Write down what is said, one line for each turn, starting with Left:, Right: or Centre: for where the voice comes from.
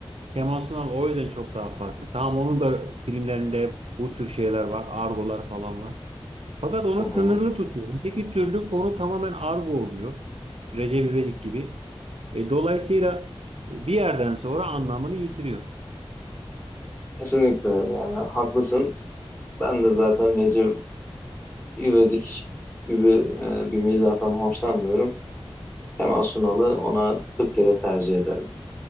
Right: Kemal Sunal o yüzden çok daha farklı. Tamam onun da filmlerinde hep bu tür şeyler var. Argolar falan var. Fakat onu
Left: Hı hı.
Right: sınırlı tutuyor. Öteki türlü konu tamamen argo oluyor. Recep İvedik gibi. E, dolayısıyla bir yerden sonra anlamını yitiriyor.
Left: Kesinlikle yani haklısın. Ben de zaten Recep İvedik gibi e, bir mizahtan hoşlanmıyorum. Kemal Sunal'ı ona 40 kere tercih ederim.